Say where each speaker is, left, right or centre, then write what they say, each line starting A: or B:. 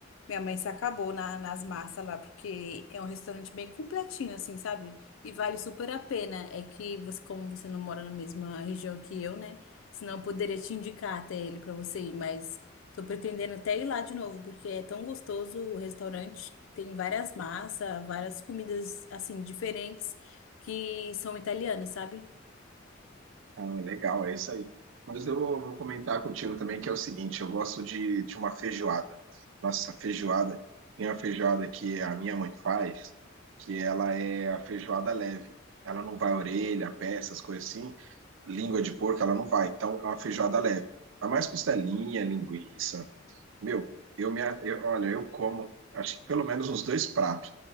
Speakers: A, on the left; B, on the right.
A: Minha mãe se acabou na- nas massas lá, porque é um restaurante bem completinho, assim, sabe? E vale super a pena. É que você, como você não mora na mesma região que eu, né? Senão eu poderia te indicar até ele pra você ir, mas tô pretendendo até ir lá de novo, porque é tão gostoso o restaurante. Tem várias massas, várias comidas assim diferentes que são italianas, sabe?
B: Ah, legal, é isso aí. Mas eu vou, vou comentar contigo também que é o seguinte, eu gosto de, de uma feijoada. Nossa, feijoada, tem uma feijoada que a minha mãe faz, que ela é a feijoada leve. Ela não vai orelha, pé, essas coisas assim. Língua de porco, ela não vai. Então, é uma feijoada leve. Vai mais costelinha, linguiça, Meu, eu me, eu- olha, eu como, acho que pelo menos uns dois pratos.